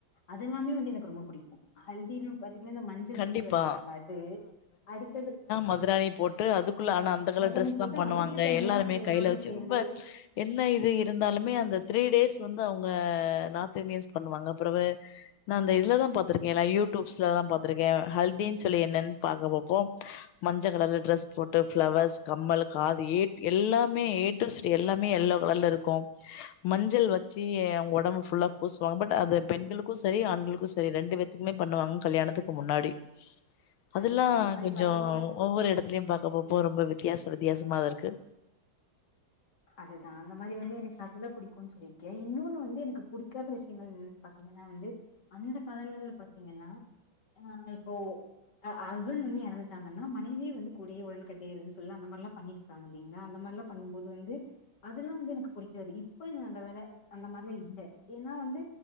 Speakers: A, on the left; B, on the left.
A: அதெல்லாமே வந்து எனக்கு ரொம்ப புடிக்கு ஹல்தின்னு இந்த மஞ்சள்
B: கண்டிப்பா
A: பூசி விளையாடுவாங்க அது அடுத்தது
B: மதுரானி போட்டு அதுக்குள்ள ஆனா அந்த கலர்
A: மருதாணி
B: டெரஸ்
A: போட்டு
B: தா பண்ணுவாங்க
A: அதுக்கு தனியா
B: எல்லாருமே
A: எல்லாரு
B: கைல வச்சு
A: சேந்து
B: ரொம்ப என்ன இது இருந்தாலுமே அந்த த்ரீ டேஸ் து வந்து அவங்க நார்த் இந்தியன்ஸ் பண்ணுவாங்க அப்புரவு நா ந்த இதுலதா பா்த்திருக்கே யூடியூப்ஸ்லதா பா பாத்திருக்கே ஹல்தின் சொல்லி என்னன்னு பாகபப்போ மஞ்ச கலர்ல ட்ரெஸ் போட்டு ஃப்ளவர்ஸ் கம்மல் காதி ஏ எல்லாமே ஏட்டு சி எல்லாமே எல்லோ கலர்ல ருக்கு மஞ்சள் வச்சி ஏ அவங்க ஒடம்பு ஃபுல்லா பூசுவாங் பட் அது பெண்களுக்கு சரி ஆண்களுக்கும் சரி ரெண்டு வேர்த்துக்குமே பண்ணுவாங்க கல்யாணத்துக்கு கு முன்னாடி அதுல்லா
A: அதுதா அந்த மாரி
B: கொஞ்சோ
A: பாத்தீங்கன்னா
B: ஒவ்வொரு இடத்துலயு பாக்க போப்போ ரொம்ப வி வித்தியாச வித்தியாசமாதா இருக்கு
A: அதுதா அந்த மாரி வந்து எனக்கு அதெல்லாம் புடிக்கும் சொல்லிருக்கேன் இன்னொன்னு வந்து எனக்கு புடிக்காத விஷயங்கள் பாத்தீங்கன்னா வந்து அந்த காலங்கள் பாத்தீங்கன்னா ஆ கோ அ அஸ்பன்டு வந்து எறந்துட்டாங்கன்னா மனைவி வந்து கூடயே உடன் கட்டையா இருன்னு சொல்லா அந்த மாரி லாம் பண்ணிருக்காங்க இல்லைங்களா அந்த மாரி லாம் பண்ணும்போது வந்து அதெல்லாம் வந்து எனக்கு புடிக்காது இப்ப நல்ல வேல அந்த மாரிலாம் இல்ல ஏன்னா வந்து